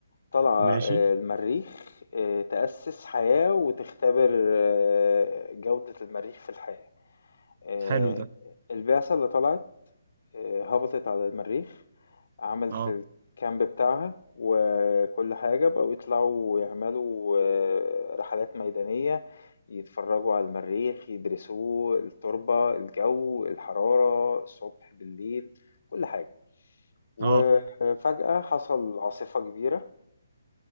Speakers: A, on the left; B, on the right.
A: طالعة
B: ماشي
A: آه المريخ آه تأسس حياة وتختبر آه جودة المريخ في الحياة آه
B: حلو ده
A: البعثة اللي طلعت آه، هبطت على المريخ عملت
B: اه
A: الكامب بتاعها وكل حاجة بقوا يطلعوا ويعملوا آه، رحلات ميدانية يتفرجوا على المريخ يدرسوه التربة الجو الحرارة الصبح بالليل كل حاجة وفجأة
B: اه
A: حصل عاصفة كبيرة